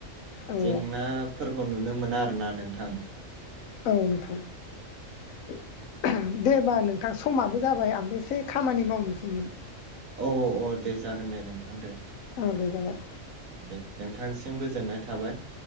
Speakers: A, on the left; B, on the right.
A: औ
B: जेंनाफोरखौ नुनो मोना आरोना नोंथां ।
A: औ नोंथां । दे होमबा नोंथां समाबो जाबाय आंबो एसे खामानि मावनोसैमोन ।
B: औ औ दे जागोन दे नोंथां दे
A: औ दे जागोन
B: दे नोंथां सिम गोजोननाय थाबाय।